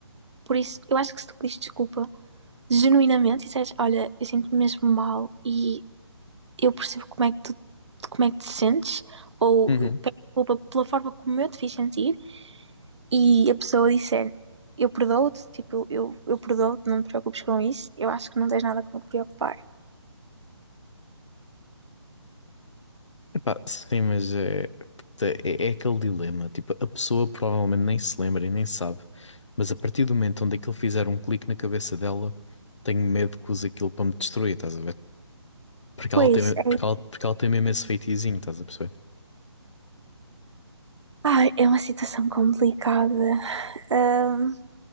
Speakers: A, on the right; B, on the left.
A: Por isso, eu acho que se tu pedires desculpa genuinamente e disseres, olha, eu sinto-me mesmo mal e eu percebo como é que tu, como é que te sentes, ou
B: uhum.
A: eu peço desculpa pela forma como eu te fiz sentir. e a pessoa disser eu perdoo-te, tipo, eu, eu perdoo-te, não te preocupes com isso, eu acho que não tens nada com que te preocupar.
B: Epá, sim, mas é, puta, é, é aquele dilema. Tipo, a pessoa provavelmente nem se lembra e nem sabe, mas a partir do momento onde aquilo fizer um clique na cabeça dela, tenho medo que use aquilo para me destruir, estás a ver? Porque
A: Pois,
B: ela tem, me- porque
A: é,
B: ela, porque ela tem mesmo esse feitiozinho, estás a perceber?
A: ai, é uma situação complicada. Ahm,